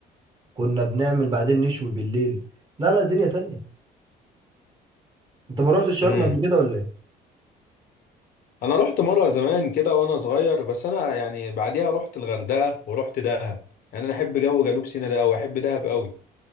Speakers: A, on the right; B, on the left.
A: كنا بنعمل بعدين نشوي بالليل لا لا دنيا تانية انت ما روحتش شرم
B: امم
A: قبل كده ولا ايه
B: انا رحت مره زمان كده وانا صغير بس انا يعني بعديها رحت الغردقه ورحت دهب يعني انا احب جو جنوب سيناء ده قوي احب دهب قوي